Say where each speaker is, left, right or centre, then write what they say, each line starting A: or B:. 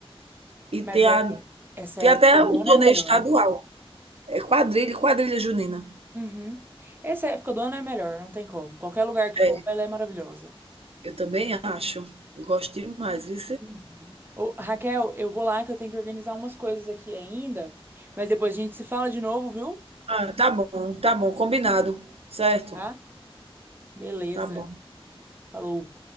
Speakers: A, on the right (about 75°); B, on the right (about 20°).
A: E
B: Mas
A: tem
B: é,
A: a
B: essa
A: tem
B: época
A: até
B: do
A: o
B: ano
A: torneio
B: é a melhor.
A: estadual. É quadrilha, quadrilha junina.
B: Uhum. Essa época do ano é a melhor, não tem como. Qualquer lugar que for,
A: É,
B: ela é maravilhosa.
A: eu também acho. Gosto demais, viu
B: Uhum. Ô, Raquel, eu vou lá que eu tenho que organizar umas coisas aqui ainda, mas depois a gente se fala de novo, viu?
A: Ah, tá bom, tá bom, combinado, certo?
B: Tá? Beleza.
A: Tá bom.
B: Falou.